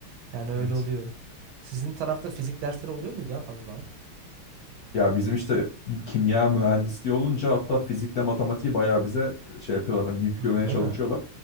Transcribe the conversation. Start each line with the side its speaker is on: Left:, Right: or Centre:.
Right: Yani öyle
Left: evet.
Right: oluyor. Sizin tarafta fizik dersleri oluyor muydu ya fazla?
Left: Ya bizim işte kimya mühendisliği olunca hatta fizikle matematiği bayağı bize e, şey yapıyorlar hani yüklemeye
Right: Hmm, değil
Left: çalışıyorlar.
Right: mi?